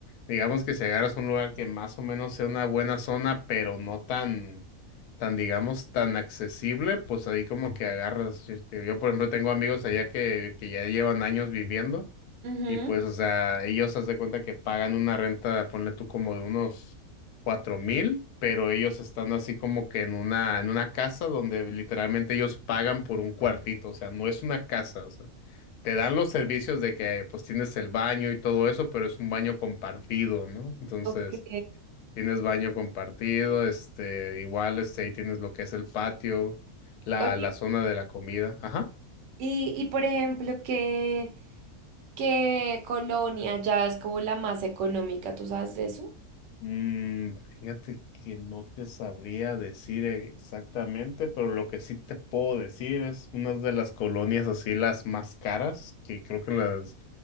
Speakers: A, on the left; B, on the right.
A: digamos que si agarras un lugar que más o menos sea una buena zona, pero no tan, tan, digamos, tan accesible, pues ahí como que agarras, yo, te- yo, por ejemplo tengo amigos allá que, que ya llevan años viviendo.
B: Ujú,
A: Y pues, o sea, ellos haz de cuenta que pagan una renta, ponle tú como de unos cuatro mil, pero ellos están así como que en una, en una casa donde literalmente ellos pagan por un cuartito, o sea, no es una casa, o sea, te dan los servicios de que pues tienes el baño y todo eso, pero es un baño compartido, ¿no? Entonces,
B: ok.
A: tienes baño compartido, este, igual, este, ahí tienes lo que es el patio, la,
B: Oye,
A: la zona de la comida, ajá.
B: y, y por ejemplo, ¿qué, qué colonia ya es como la más económica? ¿Tú sabes de eso?
A: Mm, fíjate que no te sabría decir e-, exactamente, pero lo que sí te puedo decir es una de las colonias así las más caras, que creo que las